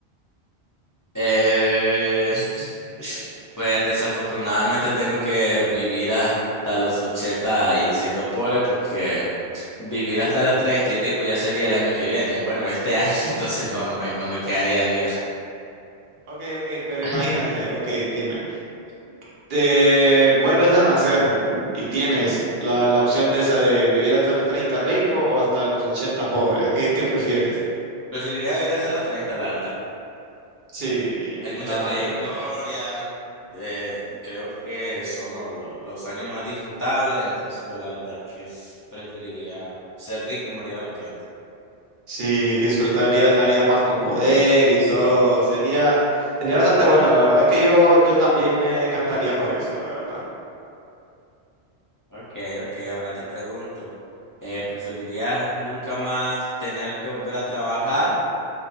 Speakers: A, on the left; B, on the right.
A: Eh, <laughs> pues desafortunadamente tengo que vivir hasta los 80 y siendo pobre porque vivir hasta los 30 y rico ya sería el año que viene. Bueno, este año, <laughs> entonces no, no me, no me quedaría
B: <laughs> Es- es-
A: de vida.
B: Ok, ok, pero
A: <laughs>
B: imagínate, ok, dime, te vuelves a nacer y tienes la, la opción de esa de vivir hasta los 30 rico o hasta los 80 pobre. ¿Qué, qué prefieres?
A: Preferiría vivir hasta los treinta la verdad.
B: Sí,
A: Hay mucha
B: claramente.
A: trayectoria, eh, creo que son lo- lo- los años más disfrutables, entonces yo la verdad que preferiría ser rico y morir a los treinta
B: Sí, disfrutarías la vida más no poder y
A: Sí.
B: todo. Sería, sería bastante buena. La verdad que yo, yo también me decantaría por eso, la verdad.
A: Ok, ok, ahora te pregunto, eh, ¿preferirías nunca más tener que volver a trabajar